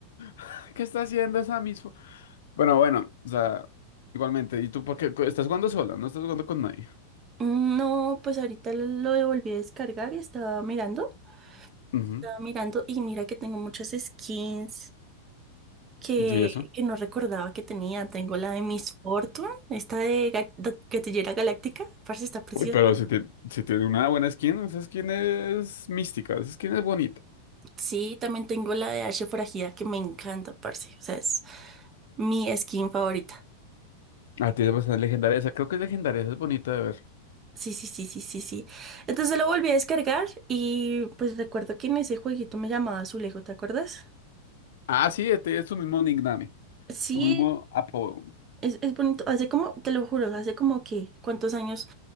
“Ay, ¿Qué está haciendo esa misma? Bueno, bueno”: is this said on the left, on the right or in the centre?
Left